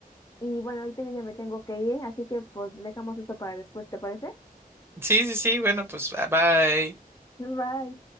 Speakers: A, on the left (about 25°); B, on the right (about 15°).
A: Y bueno, ahorita yo ya me tengo que ir, así que pues dejamos eso para después, ¿te parece?
B: Sí, sí, sí, bueno, pues ah, bye.
A: <laughs> Bye.